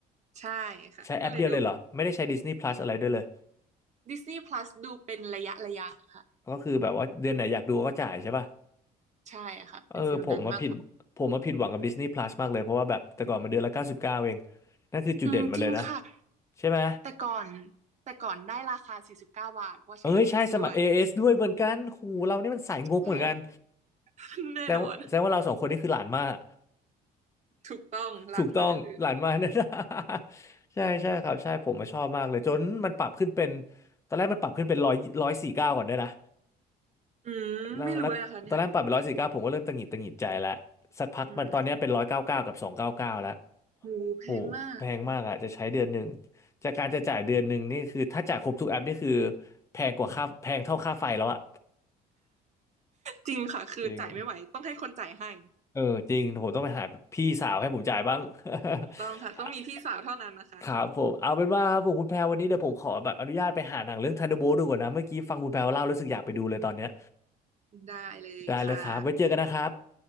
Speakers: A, on the right (about 45°); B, on the left (about 15°).
A: ใช่ค่ะก็เลยดูฟรี
B: ใช้แอปเดียวเลยเหรอไม่ได้ใช้ Disney Plus อะไรด้วยเลย
A: ดิสนีย์พลัสดูเป็นระยะระยะค่ะ
B: ก็คือแบบว่าเดือนไหนอยากดูก็จ่ายใช่ป่ะ
A: ใช่ค่ะเป็นฟิลนั้นมากกว่า
B: เออผมมาผิดผมมาผิดหวังกับ Disney Plus มากเลยเพราะว่าแบบแต่ก่อนมันเดือนละเก้าสิบเก้าเองนั่นคือจุดเด่นมันเลยนะ
A: อืมจริงค่ะ
B: ใช่ไหม
A: แต่ก่อนแต่ก่อนได้ราคา49บเก้าบาทเพราะว่าใช้
B: เอ้ยใช่สมัยเอเอสด้วยเหมือนกันหูเรานี่มันสายงกเหมือนกัน
A: AS ด้วยใช่ <laughs> แน่นอน
B: แสดงว่าแสดงว่าเราสองคนนี่คือหลานมาก
A: ถูกต้องล้านมากเลย
B: ถูกต้องหลานมากนะ <laughs> ใช่ใช่ครับใช่ผมมาชอบมากเลยจนมันปรับขึ้นเป็นตอนแรกมันปรับขึ้นเป็นร้อยร้อยสี่เก้าก่อนด้วยนะ
A: อืม
B: แล้วแล้วตอนแรกปรับเป็นร้อยสี่เก้าผมก็เริ่มตังหงิดตังหงิดใจแล้วสักพักมันตอนเนี้ยเป็นร้อยเก้าเก้ากับสองเก้าเก้าแล้ว
A: ไม่รู้เลยนะคะเนี่ย อืมหูแพงมาก
B: โหแพงมากอ่ะจะใช้เดือนหนึ่งจากการจะจ่ายเดือนหนึ่งนี่คือถ้าจ่ายครบทุกแอปนี่คือแพงกว่าค่าแพงเท่าค่าไฟแล้วอะ
A: จริงค่ะ คือจ่ายไม่ไหว
B: จริง
A: ต้องให้คนจ่ายให้
B: เออจริงผมต้องไปหาพี่สาวให้ผมจ่ายบ้าง
A: ถูกต้องค่ะ
B: <laughs>
A: ต้องมีพี่สาวเท่านั้นนะคะ
B: ครับผมเอาเป็นว่าครับผมคุณแพรวันนี้เดี๋ยวผมขอแบบอนุญาตไปหาหนังเรื่องทันเดอร์โบ t ดูก่อนนะเมื่อกี้ฟังคุณแพรเล่ารู้สึกอยากไปดูเลยตอนเนี้ย
A: ได้เลยค่ะ
B: ได้เลยครับไว้เจอกันนะครับ